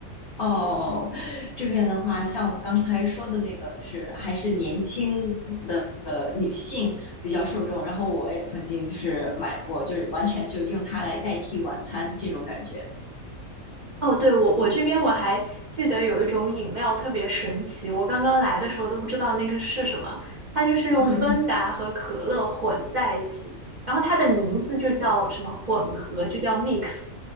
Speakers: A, on the left; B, on the right.
A: 哦，这边的话，像我刚才说的那个，就是还是年轻的呃女性比较受众。然后我也曾经就是买过，就是完全就用它来代替晚餐这种感觉。
B: 哦，对，我我这边我还记得有一种饮料特别神奇，我刚刚来的时候都不知道那个是什么，它就是用芬达和可乐混在一起，
A: 嗯嗯，
B: 然后它的名字就叫什么混合，就叫 mix，